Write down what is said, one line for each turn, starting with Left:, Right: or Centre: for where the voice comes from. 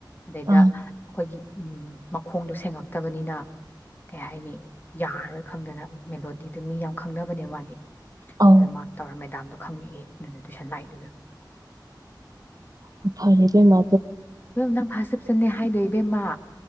Left: ꯑꯗꯩꯗ
Right: ꯑꯥ
Left: ꯑꯩꯈꯣꯏꯒꯤ ꯎꯝ ꯃꯈꯣꯡꯗꯣ ꯁꯦꯡꯉꯛꯇꯕꯅꯤꯅ ꯀꯩ ꯍꯥꯏꯅꯤ ꯌꯥꯔꯔꯣꯏ ꯈꯪꯗꯅ ꯃꯦꯂꯣ ꯗꯤ ꯗꯨ ꯃꯤ ꯌꯥꯝ ꯈꯪꯅꯕꯅꯦ ꯃꯥꯅꯦ
Right: ꯑꯧ
Left: ꯑꯗ ꯃꯥ ꯇꯧꯔꯝꯃꯦ <unintelligible> ꯈꯪꯉꯛꯑꯦ ꯇꯨꯏꯁꯟ ꯂꯥꯛꯏꯗꯣ ꯏꯕꯦꯝ
Right: ꯎꯝ ꯐꯔꯦ ꯏꯕꯦꯝꯃꯥ
Left: ꯏꯕꯦꯝ ꯅꯪ ꯐꯥꯔ ꯆꯞꯆꯟꯅꯦꯦ ꯍꯥꯏꯗꯣꯏ ꯏꯕꯦꯝꯃ